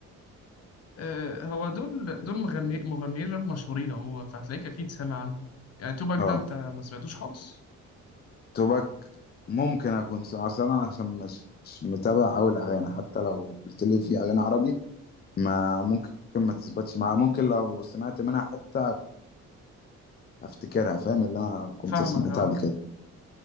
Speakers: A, on the left (about 55°); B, on the left (about 35°).
A: أه هو دول دول مغني مغنيين راب مشهورين عموما فهتلاقيك اكيد سامع عنهم يعني توباك
B: اه
A: ده انت ما سمعتوش خالص
B: توباك ممكن اكون س- اصل انا عشان مش مش متابع اوي الاغاني حتى لو قلت لي في اغاني عربي ما ممكن ما تثبتش معايا ممكن لو سمعت منها حتة افتكرها فاهم اللي انا كنت
A: فاهمك
B: سمعتها
A: اه
B: قبل كده